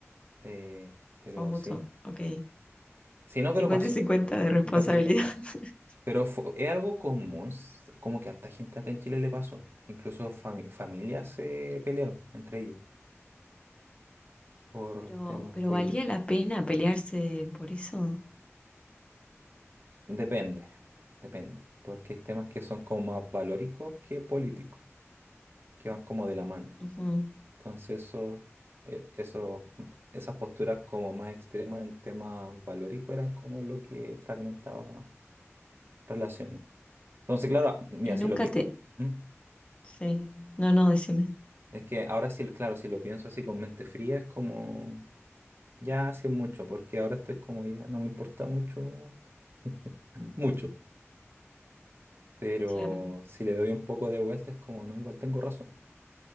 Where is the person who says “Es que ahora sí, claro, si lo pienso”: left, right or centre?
Right